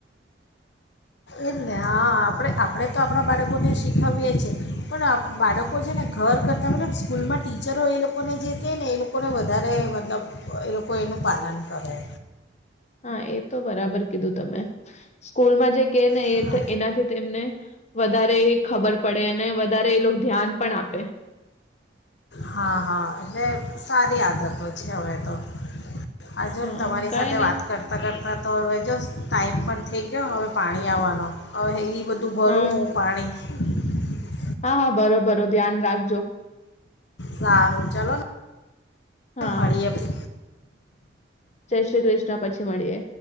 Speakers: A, on the left (about 70°); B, on the left (about 35°).
A: એ જ ને હા આપણે આપણે તો આપણાં બાળકોને શીખવીએ છીએ પણ બાળકો છે ને ઘર કરતાં મતલબ સ્કૂલમાં ટીચરો એ લોકોને જે કહે ને એ લોકોને વધારે મતલબ એ લોકો એનું પાલન કરે.
B: હા એ તો બરાબર કીધું તમે સ્કૂલમાં જે કે ને
A: હા
B: એનાથી તેમને વધારે ખબર પડે અને વધારે એ લોક ધ્યાન પણ આપે.
A: હા હા એટલે સારી આદતો છે હવે તો આ જોને
B: હા
A: તમારી
B: કઈ
A: સાથે
B: નહી
A: વાત કરતાં કરતાં તો હવે જો ટાઈમ પણ થઈ ગયો હવે પાણી આવવાનો હવે ઈ બધું ભરું
B: હા
A: હું પાણી <inaudible>
B: હા હા ભરોભરો ધ્યાન રાખજો.
A: સારું ચાલો ને
B: હા
A: મળીએ આપડે.
B: જય શ્રી કૃષ્ણ પછી મળીએ.